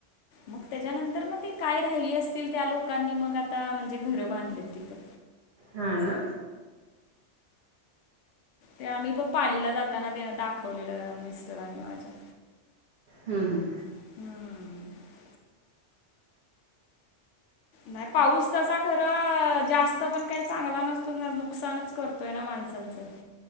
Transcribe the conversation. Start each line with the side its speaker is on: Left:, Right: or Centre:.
Left: मग त्याच्यानंतर मग ती काय राहिली असतील, त्या लोकांनी मग आता म्हणजे घरं बांधले आहेत तिथं.
Right: हां ना.
Left: ते आम्ही प पालीला जाताना ते दाखवलेलं मिस्टरांनी माझ्या.
Right: हं हं.
Left: हम्म. नाही पाऊस तसा खरं जास्त पण काही चांगला नसतो ना, नुकसानच करतोय ना माणसांचं.